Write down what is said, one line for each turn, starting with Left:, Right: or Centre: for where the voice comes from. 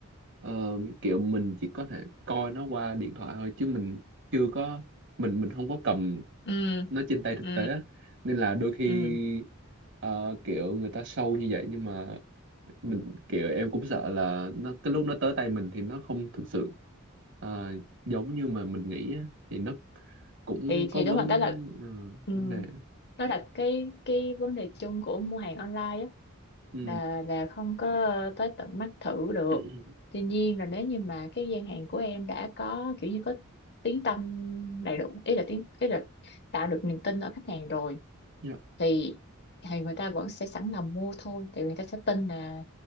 Right: ờ, kiểu mình chỉ có thể coi nó qua điện thoại thôi chứ mình chưa có mình mình không có cầm
Left: ừ
Right: nó trên tay thực
Left: ừ
Right: tế á. nên là đôi khi
Left: ừ
Right: ờ, kiểu người ta show như vậy nhưng mà mình kiểu em cũng sợ là nó cái lúc nó tới tay mình thì nó không thực sự ờ, giống như mà mình nghĩ á. thì nó cũng
Left: thì
Right: có
Left: thì
Right: vấn
Left: đúng rồi đó là
Right: ờ,
Left: ừ,
Right: vấn đề
Left: đó là cái cái vấn đề chung của mua hàng online á
Right: ừ.
Left: là là không có ờ, tới tận mắt thử được
Right: <clears throat>
Left: tuy nhiên là nếu như mà cái gian hàng của em đã có kiểu như có tiếng tăm đầy đủ ý là tiếng cái là tạo được niềm tin ở khách hàng rồi
Right: dạ
Left: thì thì người ta vẫn sẽ sẵn lòng mua thôi thì người ta sẽ tin là